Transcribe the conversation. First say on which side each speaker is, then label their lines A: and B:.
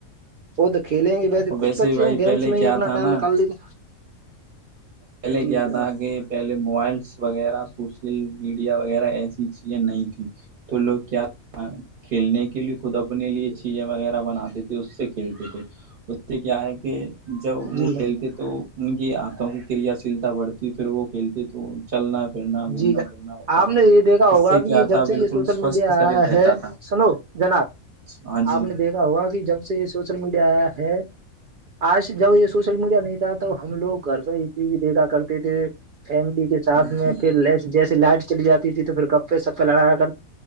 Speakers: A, on the right; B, on the right.
A: وہ تو کھیلیں گے ویسے
B: اور
A: کچھ بچے
B: بھی بھائی
A: ہیں گیمس
B: پہلے
A: میں ہی
B: کیا
A: اپنا
B: تھا
A: ٹائم
B: نا
A: نکال لیتے ہیں۔
B: پہلے
A: جی
B: کیا
A: جناب
B: تھا کہ پہلے موبائلس وغیرہ سوشل میڈیا وغیرہ ایسی چیزیں نہیں تیں تو لوگ کیا کھیلنے کے لیے خود اپنے لیے چیزیں وغیرہ بناتے تھے اس سے کھیلتے تھے اس سے کیا ہے کہ جب
A: جی
B: وہ
A: جناب
B: کھیلتے تو ان کی آنتوں کی کریا شیلتا بڑھتی پھر وہ کھیلتے تو تو چلنا پھرنا گھومنا
A: جی جناب
B: پھرنا ہوتا
A: آپ نے یہ دیکھا
B: اس
A: ہوگا
B: سے
A: کہ
B: کیا
A: یہ جب
B: تھا
A: سے
B: بالکل
A: یہ سوشل
B: سوستھ
A: میڈیا
B: شریر
A: آیا
B: رہتا
A: ہے
B: تھا
A: سنو جناب
B: ہاں جی
A: آپ نے دیکھا ہوگا کہ جب سے یہ سوشل میڈیا آیا ہے آج جب یہ سوشل میڈیا نہیں تھا توب ہم لوگ گھر پہ ہی ٹی وی دیکھا کرتے تھے فیملی کے ساتھ
B: ہاں
A: میں
B: جی
A: پھر ل جیسے لائٹ چلی جاتی تھی تو پھر گپے سپے لڑایا کر